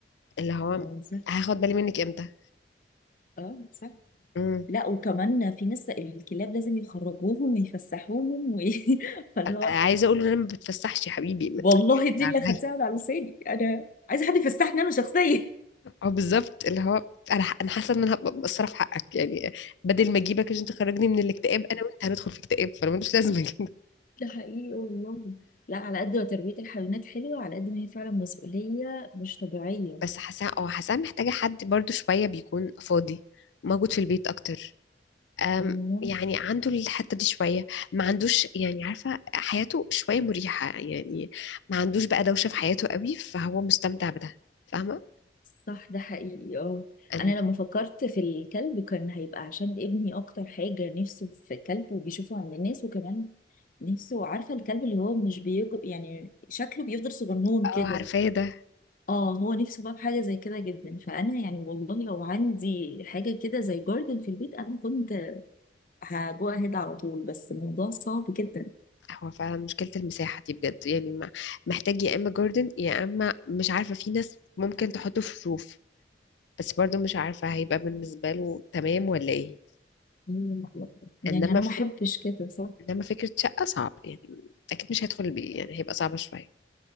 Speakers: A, on the left; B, on the left.
A: اللي هو
B: اه صح
A: هاخد بالي منك امتى
B: اه صح
A: امم
B: لا وكمان في ناس الكلاب لازم يخرجوهم ويفسحوهم و... <laughs> فاللي هو
A: عايزة اقول له انا ما بتفسحش يا حبيبي
B: والله دي
A: يعني
B: اللي خدتها من على لساني انا عايزه حد يفسحني انا شخصيا
A: اه بالظبط اللي هو انا انا حاسة ان انا هبقى مقصرة في حقك يعني بدل ما اجيبك عشان تخرجني من الاكتئاب انا وانت هندخل في اكتئاب فانا ملوش لازمة كده
B: ده حقيقي والله لا على قد ما تربية الحيوانات حلوة على قد ما هي فعلا مسؤولية مش طبيعية
A: بس حاسة اه حاسة محتاجة حد برضو شوية بيكون فاضي موجود في البيت اكتر أم،
B: مم.
A: يعني عنده الحتة دي شوية ما عندوش يعني عارفة حياته شوية مريحة يعني ما عندوش بقى دوشة في حياته قوي فهو مستمتع بده فاهمة؟
B: صح ده حقيقي اه
A: أنا
B: أنا لما فكرت في الكلب كان هيبقى عشان ابني أكتر حاجة نفسه في كلب وبيشوفه عند الناس وكمان نفسه عارفة الكلب اللي هو مش بيكبر يعني شكله بيفضل صغنون
A: اه
B: كده
A: عارفاه ده
B: اه هو نفسه بقى في حاجه زي كده جدا فانا يعني والله لو عندي حاجه كده زي جاردن في البيت انا كنت هجو اهيد على طول بس الموضوع صعب جدا
A: هو فعلا مشكلة المساحة دي بجد يعني ما- محتاج يا إما جاردن يا إما مش عارفة في ناس ممكن تحطه في روف بس برضه مش عارفة هيبقى بالنسبة له تمام ولا إيه
B: مم. يعني
A: إنما
B: انا
A: ف...
B: ما احبش كده صح
A: إنما فكرة شقة صعب يعني أكيد مش هيدخل البيت يعني هيبقى صعبة شوية